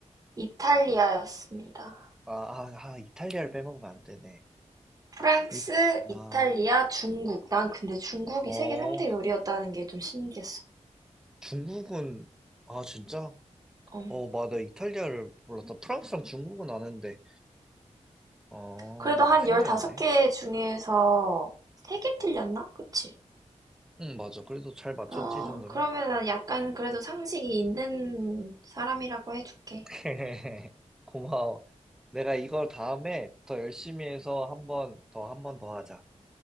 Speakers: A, on the right; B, in the centre.
A: 이탈리아였습니다.
B: 아, 아, 아, 이탈리아를 빼먹으면 안 되네.
A: 프랑스,
B: 이,
A: 이탈리아,
B: 아,
A: 중국. 난 근데 중국이
B: 어,
A: 세계 3대 요리였다는 게 좀 신기했어.
B: 중국은, 아, 진짜?
A: 어.
B: 어, 맞아. 이탈리아를 몰랐다. 프랑스랑 중국은 아는데. 어,
A: 그래도 한
B: 신기하네.
A: 15개 중에서 3개 틀렸나? 그치?
B: 응, 맞아. 그래도 잘 맞췄지,
A: 어,
B: 이 정도면.
A: 그러면은 약간 그래도 상식이 있는 사람이라고 해줄게.
B: <laughs> 고마워. 내가 이걸 다음에 더 열심히 해서 한번 더, 한 번 더 하자.